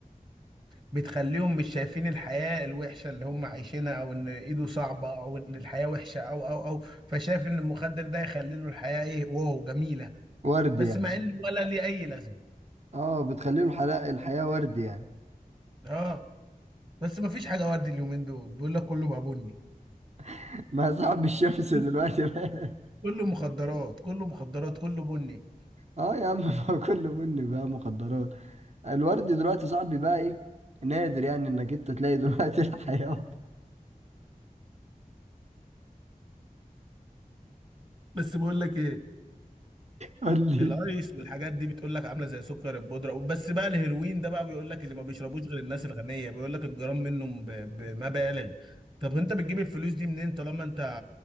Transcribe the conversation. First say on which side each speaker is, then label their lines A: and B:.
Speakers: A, on the right (about 30°); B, on the right (about 50°).
A: بتخليهم مش شايفين الحياه الوحشه اللي هم عايشينها او ان ايده صعبه او ان الحياه وحشه او او او فشايف ان المخدر ده يخلي له الحياه ايه واو جميله
B: ورد
A: بس
B: يعني
A: مع انه ولا ليه اي لازمه
B: اه بتخلي له الحياة الحياة ورد يعني
A: اه بس ما فيش حاجه وردي اليومين دول بيقول لك كله بقى بني
B: <laughs> ما صاحب الشمس
A: كله
B: دلوقتي بقى
A: كله مخدرات كله مخدرات كله بني
B: اه يا عم <laughs> ما هو كله بني بقى مخدرات الورد دلوقتي صاحبي بقى ايه نادر يعني انك انت تلاقي دلوقتي <laughs> الحيوان
A: بس بقول لك ايه
B: قول لي
A: الايس والحاجات دي بتقول لك عامله زي سكر البودره بس بقى الهيروين ده بقى بيقول لك اللي ما بيشربوش غير الناس الغنيه بيقول لك الجرام منه ب- بمبالغ طب انت بتجيب الفلوس دي منين طالما انت